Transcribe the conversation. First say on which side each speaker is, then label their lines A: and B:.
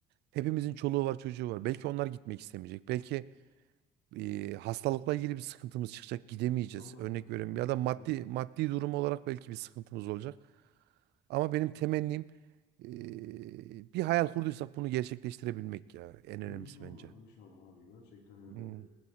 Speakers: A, on the right; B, on the left.
A: hepimizin çoluğu var, çocuğu var. Belki onlar gitmek istemeyecek. Belki e, hastalıkla ilgili bir sıkıntımız çıkacak, gidemeyeceğiz.
B: Allah
A: Örnek
B: korusun.
A: veriyorum ya da
B: Evet,
A: maddi
B: evet.
A: maddi durum olarak belki bir sıkıntımız olacak. Ama benim temennim e, bir hayal kurduysak bunu gerçekleştirebilmek ya en önemlisi
B: İnşallah,
A: bence.
B: inşallah abi. Gerçekten öyle.
A: Hmm,